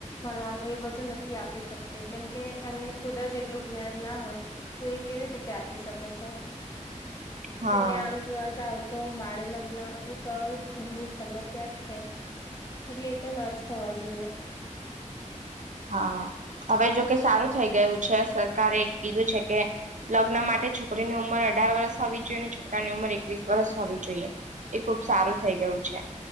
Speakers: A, on the left; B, on the right.
A: ભણવાનું એ બધું નથી આપી શકતી કેમકે એમને ખુદ જ એટલું જ્ઞાન ના હોય તો એ કેવી રીતે આપી શકે છે
B: હા
A: એટલે આમ જોવા જાવ તો બાળ લગ્ન એક ગંભીર સમસ્યા જ છે એટલે એ તો ન જ થવા જોઈએ
B: હા હવે જોકે સારું થઈ ગયું છે સરકારે કીધું છે કે લગ્ન માટે છોકરીની ઉંમર અઢાર વર્ષ હોવી જોઈએ અને છોકરાની ઉંમર એકવીસ વર્ષ હોવી જોઈએ એ ખુબ સારું થઈ ગયું છે